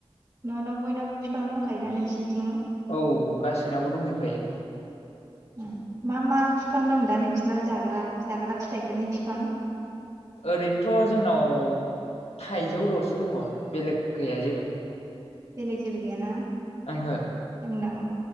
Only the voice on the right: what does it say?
न' न' बयनावबो बफफां दंखायोना नोंसिनिथिं
उम मा मा फिफां दं दा नोंसिनाव जाग्रा जाग्रा फिथाइफोरनि फिफां
बेलेग जेबो गैयाना
जोंनाव